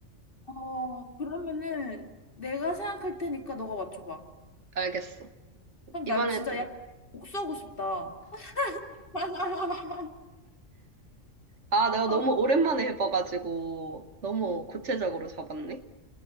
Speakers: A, on the left; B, on the right.
A: 어, 그러면은 내가 생각할 테니까 너가 맞춰봐.
B: 알겠어.
A: 그럼
B: 이번에도.
A: 나 진짜 약 복수하고 싶다. <laughs>
B: 아, 내가
A: 아,
B: 너무 오랜만에 해봐가지고, 너무
A: 음.
B: 구체적으로 잡았네?